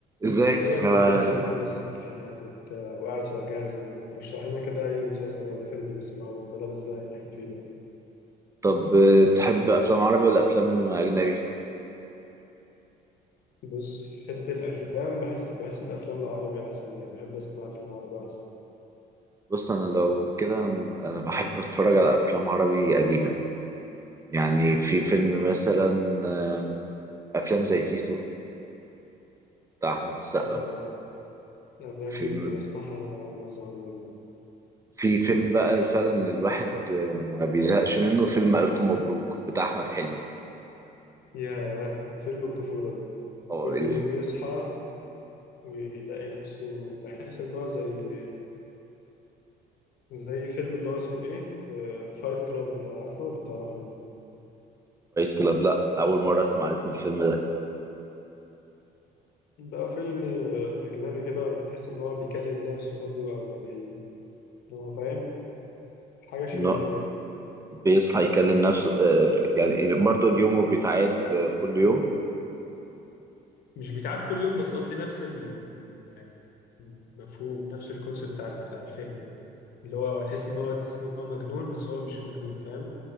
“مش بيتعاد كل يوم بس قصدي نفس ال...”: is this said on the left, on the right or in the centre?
Left